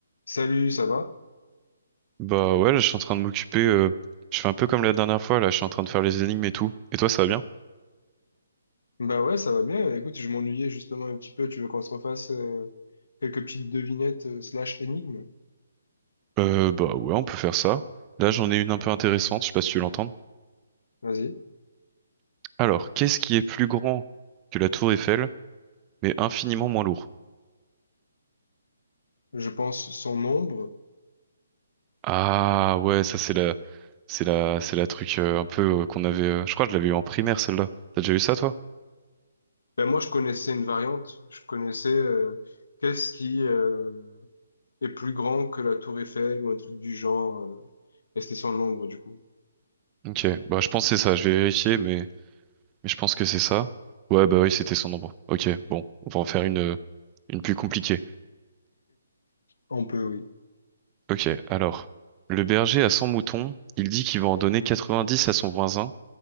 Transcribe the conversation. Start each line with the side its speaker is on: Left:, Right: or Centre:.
Left: Salut, ça va?
Right: Bah ouais, là, je suis en train de m'occuper. euh, je fais un peu comme la dernière fois, là, je suis en train de faire les énigmes et tout. Et toi, ça va bien?
Left: Bah ouais, ça va bien. Écoute, je m'ennuyais justement un petit peu. Tu veux qu'on se refasse euh, quelques petites devinettes euh, slash énigmes?
Right: Euh, bah ouais, on peut faire ça. Là, j'en ai une un peu intéressante, je sais pas si tu l'entends.
Left: Vas-y.
Right: Alors, qu'est-ce qui est plus grand que la tour Eiffel, mais infiniment moins lourd?
Left: Je pense son nombre.
Right: Ah ouais, ça c'est la, c'est la, c'est la truc euh, un peu euh, qu'on avait. euh, je crois que je l'avais eu en primaire celle-là. T'as déjà eu ça toi?
Left: Ben moi, je connaissais une variante. Je connaissais euh, qu'est-ce qui euh, est plus grand que la tour Eiffel ou un truc du genre. euh, et c'était son nombre, du coup.
Right: Ok, bah je pense que c'est ça. Je vais vérifier, mais mais je pense que c'est ça. Ouais, bah oui, c'était son nombre. Ok, bon, on va en faire une euh, une plus compliquée.
Left: On peut, oui.
Right: Ok, alors, le berger a 100 moutons, il dit qu'il va en donner 90 à son voisin,